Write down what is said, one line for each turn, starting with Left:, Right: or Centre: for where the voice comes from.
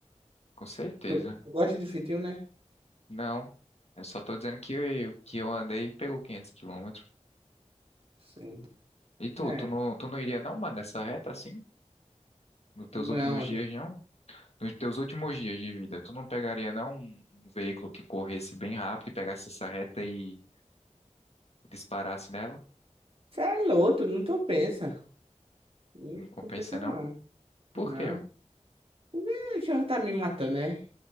Left: com certeza.
Right: Tu, tu gosta de fitio, né?
Left: Não, eu só tô dizendo que eu, que eu andei e pegou 500 quilômetros.
Right: Sim.
Left: E tu,
Right: É,
Left: tu não, tu não iria não, mano, nessa reta assim? Nos teus
Right: vamos
Left: últimos
Right: aonde?
Left: dias, não? Nos teus últimos dias de vida, tu não pegaria não um um veículo que corresse bem rápido e pegasse essa reta e disparasse nela?
Right: Você é louco, não tô pensa. Não
Left: Não compensa
Right: compensa
Left: não?
Right: não.
Left: Por
Right: Não.
Left: quê, mano?
Right: o já tá me matando, né?